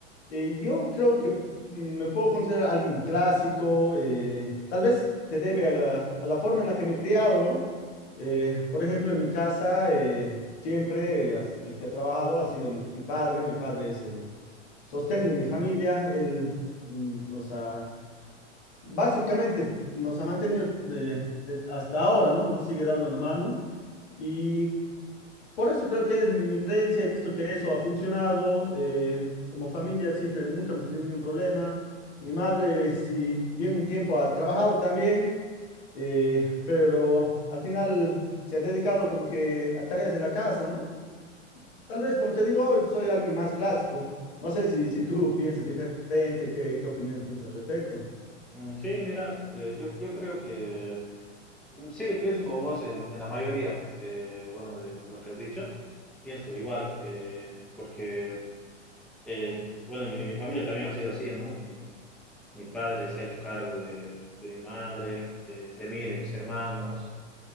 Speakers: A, on the left (about 60°); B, in the centre.
A: Eh, yo creo que mm, me puedo considerar alguien clásico, eh, tal vez se debe a la, a la forma en la que me he criado, ¿no? Eh, por ejemplo, en mi casa, eh, siempre eh, has- el que ha trabajado ha sido mi, mi padre, mi padre es el sostén de mi familia, él mm, nos ha Básicamente nos ha mantenido eh, de- hasta ahora, ¿no? Nos sigue dando una mano y por eso creo que es mi, mi creencia, he visto que eso ha funcionado, eh, como familia siempre, nunca hemos tenido ningún problema. Mi madre, si bien un tiempo ha trabajado también, eh, pero al final se ha dedicado como que a tareas de la casa, ¿no? Tal vez, como te digo, soy alguien más clásico. No sé si, si tú <laughs> piensas diferente, qué, qué opiniones tienes al respecto.
B: Mm, sí, mira, eh, yo, yo creo que Mm, Sí, pienso como vos en, en la mayoría, eh, bueno, de, de lo que has dicho, pienso igual, eh, porque, eh, bueno, mi, mi familia también ha sido así, ¿no? Mi, mi- mi padre se ha hecho cargo de, de mi madre, de, de mí, de mis hermanos,